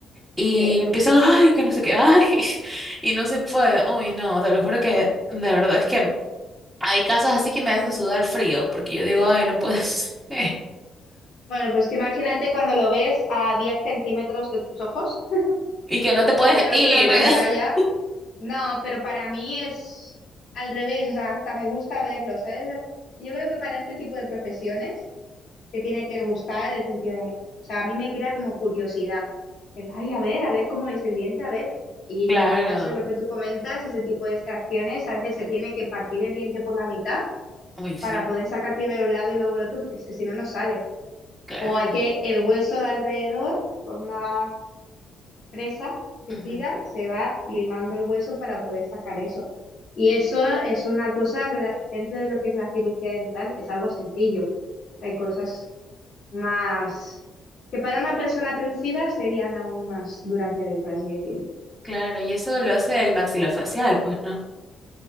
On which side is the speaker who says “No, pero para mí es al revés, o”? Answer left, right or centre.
Left